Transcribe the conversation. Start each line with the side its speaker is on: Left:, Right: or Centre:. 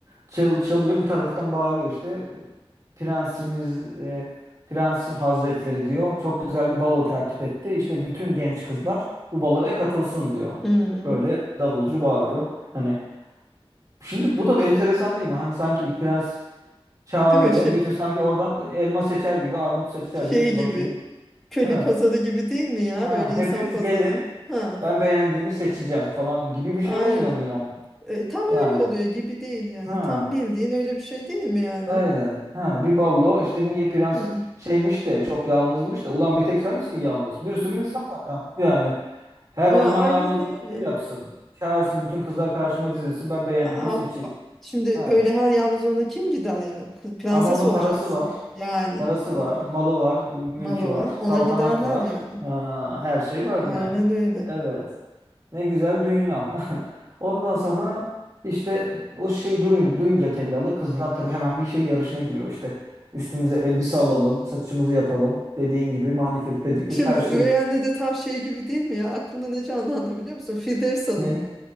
Right: çal- çalıyor bir taraftan bağırıyor işte. Prensimiz e, Prens Hazretleri diyor. Çok güzel bir balo tertip etti. İşte bütün genç kızlar bu baloya katılsın diyor.
Centre: Hı hı.
Right: Böyle davulcu bağırıyor. Hani şimdi bu da bir enteresan değil mi? Hani sanki prens çağırıyor.
Centre: Değil mi? Şey,
Right: Bütün sanki oradan elma seçer gibi, armut seçer
Centre: şey
Right: gibi işte
Centre: gibi.
Right: bakayım
Centre: Köle
Right: Ha,
Centre: pazarı gibi değil mi ya?
Right: ha,
Centre: Böyle insan
Right: hepiniz
Centre: pazarı.
Right: gelin.
Centre: Ha.
Right: Ben beğendiğimi seçeceğim falan gibi bir şey
Centre: Aynen.
Right: olmuyor mu yani?
Centre: E, tam
Right: Yani.
Centre: öyle oluyor gibi değil yani.
Right: Ha,
Centre: Tam bildiğin öyle bir şey değil mi yani?
Right: gayeden. Ha, bir ballo işte niye prens
Centre: Hı.
Right: şeymiş de çok yalnızmış da. Ulan bir tek sen misin yalnız? Bir sürü insan var ya. Yani. Her
Centre: Ya
Right: o zaman
Centre: aynen
Right: yalnız onu
Centre: öyle.
Right: şey yapsın. Çağırsın bütün kızlar karşıma dizilsin. Ben beğendiğimi
Centre: A-
Right: seçeyim.
Centre: Şimdi
Right: Ha.
Centre: öyle her yalnız ona kim gider yani? Kız- Prenses
Right: Ama onun
Centre: olacaksın.
Right: parası var.
Centre: Yani,
Right: Parası
Centre: yani
Right: var, malı var, mülkü
Centre: malı
Right: var,
Centre: var. Ona
Right: saltanat
Centre: giderler
Right: var.
Centre: yani.
Right: Ha, her şey var
Centre: Aynen
Right: yani.
Centre: öyle.
Right: Evet. Ne güzel dünya. <laughs> Ondan sonra işte o şeyi durun, duyunca tellalı kızlar tabii hemen bir şey yarışına giriyor işte. Üstümüze elbise alalım, saçımızı yapalım. Dediğin gibi manikür, pedikür
Centre: Şimdi
Right: her şeyi.
Centre: bu üvey anne de tam şey gibi değil mi ya? Aklımda ne canlandı biliyor musun? Firdevs Hanım.
Right: Ne?